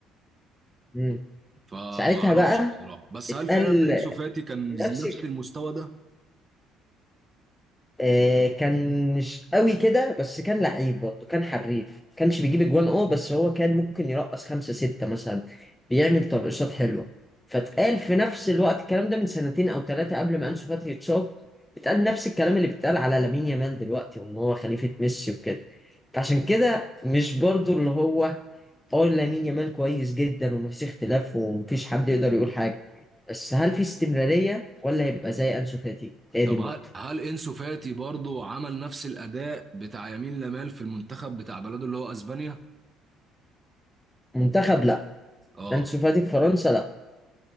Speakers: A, in the centre; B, on the right.
A: امم
B: فما
A: ساعتها
B: اعرفش
A: بقى
B: بصراحة بس
A: اتقال
B: هل فعلا انسو فاتي كان
A: نفس
B: نفس المستوى ده
A: آه، كان مش قوي كده بس كان لعيب برضه كان حريف ما كانش بيجيب اجوان اه بس هو كان ممكن يرقص خمسة ستة مثلا بيعمل ترقصات حلوة فاتقال في نفس الوقت الكلام ده من سنتين او ثلاثة قبل ما انسو فاتي يتصاب اتقال نفس الكلام اللي بيتقال على لامين يامال دلوقتي وان هو خليفة ميسي وكده فعشان كده مش برضه اللي هو اه لامين يامال كويس جدا ومفيش اختلاف ومفيش حد يقدر يقول حاجة بس هل في استمرارية ولا هيبقى زي انسو فاتي هي
B: طب
A: دي النقطة
B: هل هل انسو فاتي برضو عمل نفس الاداء بتاع يمين لامال في المنتخب بتاع بلده اللي هو اسبانيا
A: منتخب لا
B: اه
A: انسو فاتي في فرنسا لا